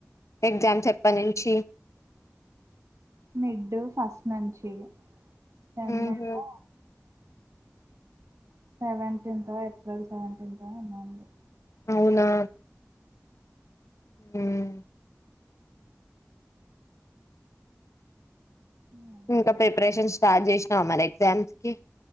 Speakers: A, on the left (about 70°); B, on the right (about 65°).
A: ఎగ్జామ్స్ ఎప్పట్నుంచి
B: మిడ్డు ఫస్ట్ నుంచి సెమ్
A: ఉమ్
B: ఏమో
A: హ్
B: సెవెంటీన్తో ఏప్రిల్ సెవెంటీన్తో ఏమో ఉంది
A: అవునా ఉమ్
B: ఉంది
A: ఇంక ప్రిపరేషన్ స్టార్ట్ చేసినవా మరెఎగ్జామ్స్ కి